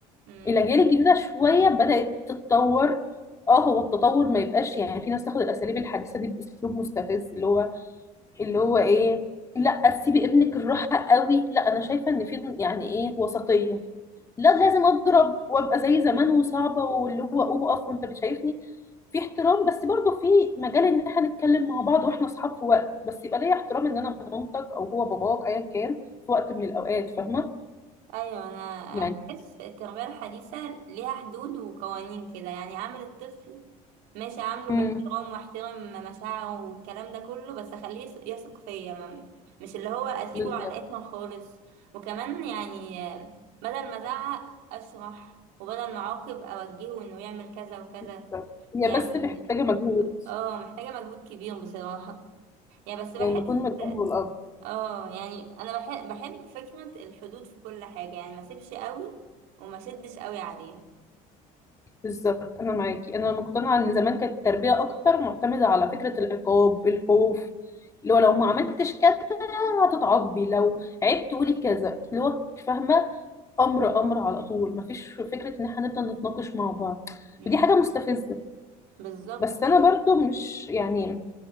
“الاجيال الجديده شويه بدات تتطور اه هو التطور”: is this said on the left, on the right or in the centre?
Left